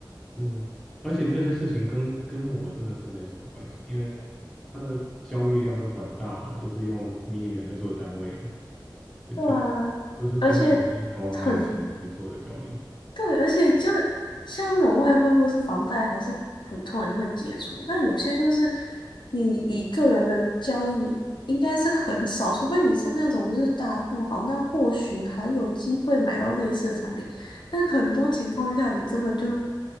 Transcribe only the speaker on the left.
对啊，
而且很对，而且就像那种外汇或是房贷，还是普通人会接触，但有些就是你以个人的交易应该是很少，除非你是那种就是大富豪，那或许还有机会买到类似的产品。但很多情况下，你根本就